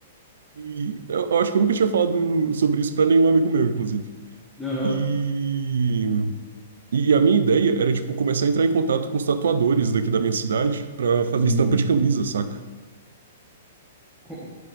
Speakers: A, on the right; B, in the centre.
A: e eu eu acho que eu nunca tinha falado sobre isso pra nenhum amigo meu, inclusive.
B: <laughs> Aham.
A: E, e a minha ideia era, tipo, começar a entrar em contato com os tatuadores daqui da minha cidade pra fazer
B: Hum.
A: estampa de camisa, saca?
B: Co-